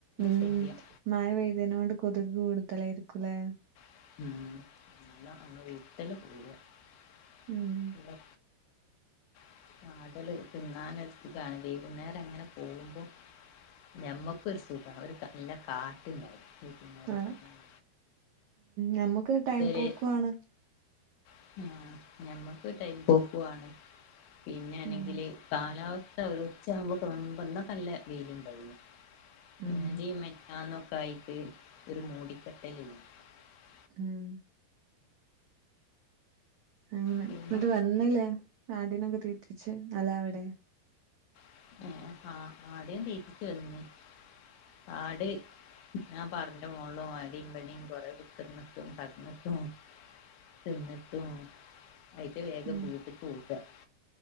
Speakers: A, on the right; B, on the left.
A: ഉം
B: ശല്യം
A: മഴപെയ്തത്കൊണ്ട് കൊതുക് കൂടുതലായിരിക്കൂല്ലേ
B: <inaudible>
A: ഉം
B: നല്ല <unintelligible>
A: ആഹ്
B: സമയം
A: നമുക്ക് സമയം
B: ഒരു
A: പോകുവാണ്
B: <inaudible> <unintelligible>
A: ഉം
B: <inaudible> <inaudible>
A: ഉം
B: <inaudible>
A: ഉം അങ്ങനെ
B: പിന്നെ
A: എന്നിട്ട് വന്നില്ലേ ആടിനയൊക്കെ തീറ്റിച്ചുവല്ലേ അവിടെ
B: <unintelligible> <unintelligible>
A: ഉം